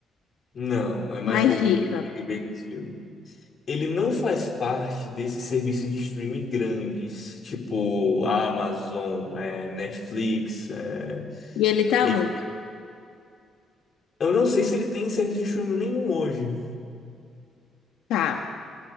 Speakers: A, on the left (about 45°); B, on the left (about 80°).
A: Não, é mais
B: Mais
A: bobo
B: dica.
A: que Big Bang Theory. Ele não faz parte desse serviço de streaming grandes, tipo Amazon, é, Netflix. é,
B: E ele tá
A: e-
B: onde?
A: Eu não sei se ele tem serviço de streaming nenhum hoje.
B: Tá.